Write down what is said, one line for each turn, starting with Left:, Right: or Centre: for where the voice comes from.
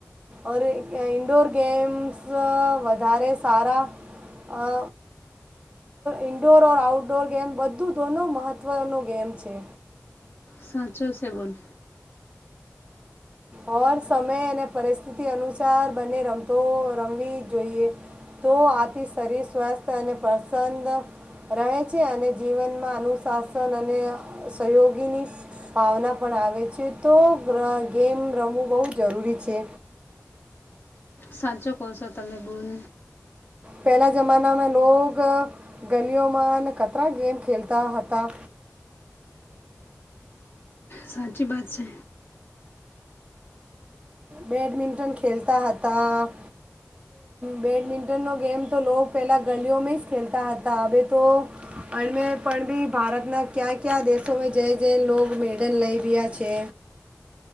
Right: ઓર ઇન્ડોર ગેમ્સ વધારે સારા અ ઈન્ડોર ર આઉટડોર ગેમ બધું દોનો મહત્વનો ગેમ છે.
Left: સાચુ સે બોન.
Right: ઓર સમય અને પરિસ્થિતિ અનુસાર બંને રમતો રમવી જ જોઈએ. તો આથી શરીર સ્વસ્થ અને પ્રસન્ન રહે છે અને જીવનમાં અનુશાસન અને સહયોગીની ભાવના પણ આવે છે તો ગ્રેમ ગેમ રમવું બહુ જરૂરી છે.
Left: સાચો કો છો તમે બોન.
Right: પહેલાં જમાનામાં લોગ ગલીઓમાં અને કતરા ગેમ ખેલતા હતા.
Left: સાચી વાત છે.
Right: બેડમિન્ટન ખેલતા હતા. બેડમિન્ટનનો ગેમ લોકો પહેલાં ગલીઓમાં જ ખેલતા હતા હવે તો અમે પણ બી ભારતના ક્યાં કયા દેશોમાં જઈ જઈ લો મેડલ લઈ રહ્યા છે